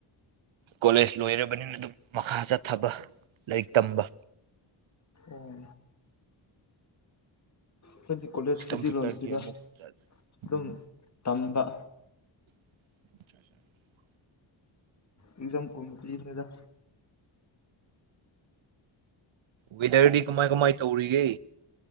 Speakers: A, on the right; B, on the left.
A: ꯀꯣꯂꯦꯖ ꯂꯣꯏꯔꯕꯅꯤꯅ ꯑꯗꯨꯝ ꯃꯈꯥ ꯆꯠꯊꯕ ꯂꯥꯏꯔꯤꯛ ꯇꯝꯕ
B: ꯑꯣ ꯑꯩꯈꯣꯏꯒꯤ ꯀꯣꯂꯦꯖ ꯄꯨꯗꯤ
A: ꯀꯝꯄ꯭ꯌꯨꯇꯔꯒꯤ
B: ꯂꯣꯢꯗ꯭ꯔꯤꯗ
A: ꯑꯃꯨꯛ
B: ꯑꯗꯨꯝ
A: ꯎꯝ
B: ꯇꯝꯕ
A: ꯑꯁ ꯑꯕꯥ ꯑꯕꯥ
B: ꯑꯦꯖꯝ ꯀꯨꯝ ꯄꯤꯕꯅꯤꯗ
A: ꯋꯦꯗꯔꯗꯤ ꯀꯃꯥꯏ ꯀꯃꯥꯏ ꯇꯧꯔꯤꯒꯦ